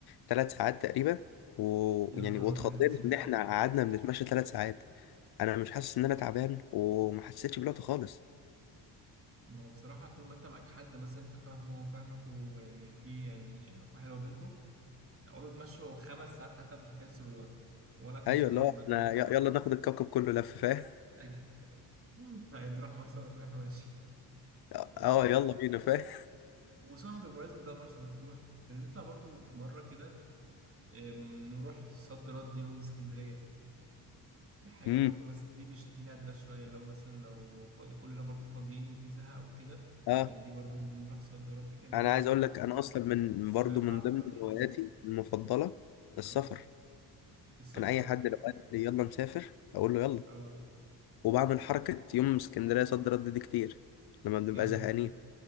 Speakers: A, on the left (about 65°); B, on the right (about 30°).
A: ثلاث ساعات تقريبا ويعني
B: يا نهار
A: واتخضينا
B: ابيض
A: ان احنا قعدنا بنتمشى ثلاث ساعات انا مش حاسس ان انا تعبان وما حسيتش بالوقت خالص
B: ما هو بصراحة طول ما انت معاك حد مثلا انت فاهمه وهو فاهمك ويعني في يعني علاقة حلوة بينكم اقعدوا تمشوا خمس ساعات حتى مش هتحسوا بالوقت ولا هتحسوا
A: ايوه اللي
B: بمجهود
A: هو احنا ي- يلا ناخد الكوكب كله لف فاهم
B: <laughs> هنروح مرسى مطروح ماشي
A: <laughs>
B: تمام
A: اه يلا بينا فاهم
B: وصاحب بمناسبة بقى مرسى مطروح بنطلع برضو مرة كده ام، نروح صد رد يوم اسكندرية دي حاجة
A: امم
B: برضو بس دي مش دي نادرة شوية اللي هو مثلا لو فاضي كلنا برضو فاضيين وفي زهق وكده
A: اه
B: يعني دي برضو بنروح صد رد كده ننزل
A: انا عايز
B: البحر
A: اقول لك انا اصلا من
B: السباحة
A: برضو من
B: عموما
A: ضمن
B: يعني
A: هواياتي المفضله السفر
B: اه السفر
A: انا اي حد لو قال لي يلا نسافر اقول له يلا
B: اه
A: وبعمل حركه يوم اسكندريه صد رد دي كتير لما بنبقى
B: جامد
A: زهقانين